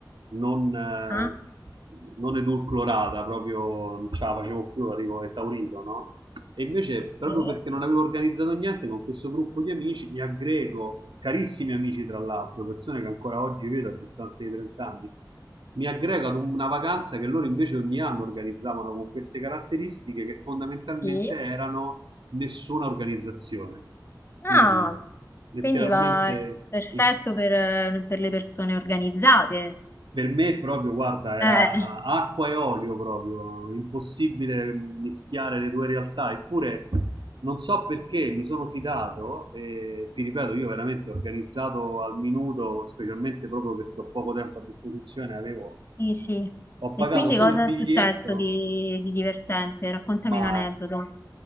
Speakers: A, on the right; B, on the left.
A: non, eh,
B: ah,
A: non edulcorata, proprio non ce la facevo più, arrivo esaurito, no? E invece, proprio
B: sì,
A: perché non avevo organizzato niente con questo gruppo di amici, mi aggrego, carissimi amici tra l'altro, persone che ancora oggi vedo a distanza di 30 anni, mi aggrego ad una vacanza che loro invece ogni anno organizzavano con queste caratteristiche che fondamentalmente
B: sì.
A: erano nessuna organizzazione.
B: Ah,
A: Quindi letteralmente
B: quindi va perfetto
A: il-
B: per, per le persone organizzate.
A: per me proprio, guarda, era
B: Eh,
A: acqua e olio proprio, impossibile mischiare le due realtà, eppure non so perché mi sono fidato e ti ripeto, io veramente organizzato al minuto, specialmente proprio perché ho poco tempo a disposizione, avevo
B: sì, sì.
A: ho
B: E
A: pagato
B: quindi
A: solo
B: cosa
A: il biglietto,
B: è successo di, di divertente? Raccontami
A: ma
B: un aneddoto.